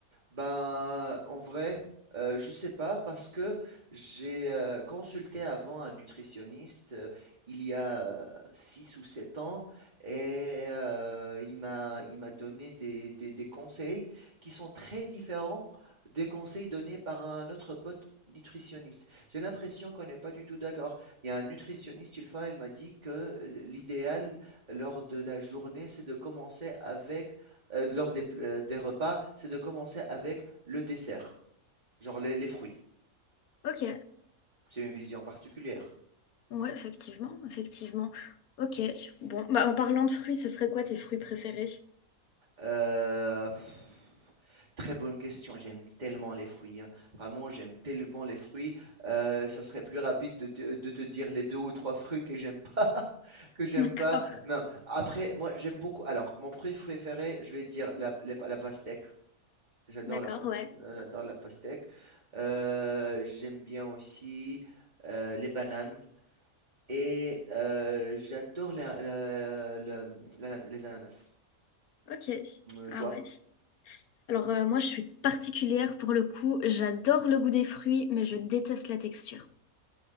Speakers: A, on the right; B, on the left.
A: Ben, en vrai, euh, je sais pas parce que j'ai euh, consulté avant un nutritionniste euh, il y a euh, 6 ou 7 ans et euh, il m'a il m'a donné des, des- des conseils qui sont très différents des conseils donnés par un autre pote nutritionniste. J'ai l'impression qu'on n'est pas du tout d'accord. Il y a un nutritionniste, une fois, il m'a dit que euh, l'idéal lors de la journée, c'est de commencer avec euh, lors des, euh, des repas, c'est de commencer avec le dessert, genre les, les fruits.
B: Ok,
A: C'est une vision particulière.
B: ouais, effectivement, effectivement. Ok, bon, bah en parlant de fruits, ce serait quoi tes fruits préférés?
A: Euh, pff, très bonne question. J'aime tellement les fruits. hein. Vraiment, j'aime tellement les fruits. Euh, ça serait plus rapide de te, de te dire les deux ou trois fruits que j'aime pas, <laughs> que j'aime
B: <laughs> D'accord,
A: pas. Non. Après, moi, j'aime beaucoup. Alors, mon fruit préféré, je vais dire la, les- la pastèque. J'adore
B: d'accord,
A: la, pas-
B: ouais.
A: j'adore la pastèque. Euh, j'aime bien aussi euh, les bananes. Et euh, j'adore les, la- la- la- les ananas.
B: Ok,
A: Euh,
B: ah
A: toi,
B: ouais. Alors euh, moi, je suis particulière pour le coup. J'adore le goût des fruits, mais je déteste la texture.